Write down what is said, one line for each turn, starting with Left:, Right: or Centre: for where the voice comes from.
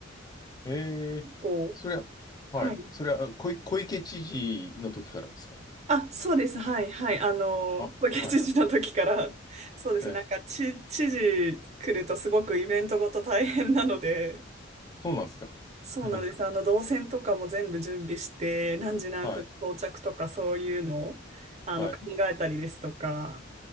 Left: ええ、
Right: 結構、
Left: そりゃ、はい。
Right: はい。
Left: それはあ小い、小池知事の時からですか。
Right: あ、そうです。はい。はい。あの、
Left: あ、
Right: 小池知事の時から、
Left: はい。
Right: そうですね。
Left: ええ、
Right: なんか、知、知事来るとすごくイベントごと大変なので、
Left: そうなんですか。
Right: そうなんです。
Left: <laughs>
Right: あの、動線とかも全部準備して、何時何分到着とかそういうのを、
Left: はい、
Right: あの、
Left: はい。
Right: 考えたりですとか、